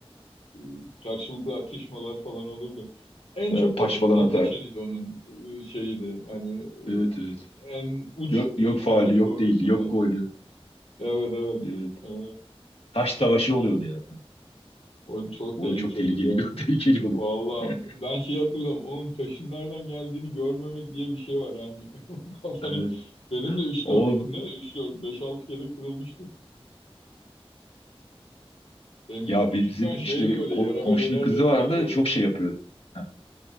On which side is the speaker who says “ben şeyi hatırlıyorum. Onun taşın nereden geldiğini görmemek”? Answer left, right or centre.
Left